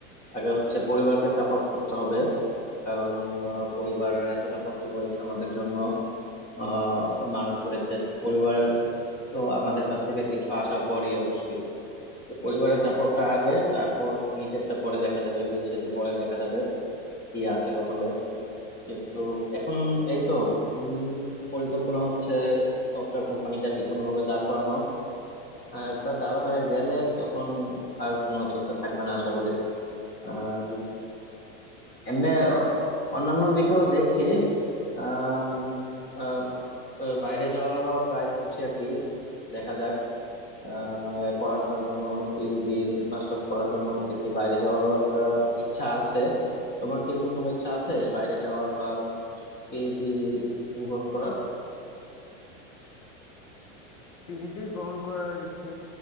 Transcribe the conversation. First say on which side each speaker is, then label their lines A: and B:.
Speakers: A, on the left (about 25°); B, on the left (about 55°).
A: আগে হচ্ছে পরিবারকে সাপোর্ট করতে হবে কারণ আহ, পরিবার এতটা কষ্ট করেছে আমাদের জন্য আহ মানুষ করেছে তো পরিবার তো আমাদের কাছ থেকে কিছু আশা করি অবশ্যই তো পরিবারের সাপোর্টটা আগে তারপর নিজেরটা পরে দেখা যাবে বিয়ে শাদী পরে দেখা যাবে কি আছে কপালে কিন্তু এখন এই তো উম, পরিকল্পনা হচ্ছে সফটওয়্যার কোম্পানিটাকে কোনো ভাবে দাঁড় করানো আহ, একবার দাঁড় হয়ে গেলে তখন আর কোনো চিন্তা থাকবে না আশা করি আর এমনি অন্যান্য দিকেও দেখছি আম, আহ, আহ, বাইরে যাওয়ারও ট্রাই করছি আর কি দেখা যাক আহ, মানে পড়াশোনার জন্য পিএইচডি মাস্টার্স করার জন্য দেখি বাইরে যাওয়ারও একটা ইচ্ছা আছে তোমার কি এরকম কোনো ইচ্ছা আছে বাইরে যাওয়ার বা পিএইচডি গ্রহণ করার
B: পিএইচডি গ্রহণ করার ইচ্ছে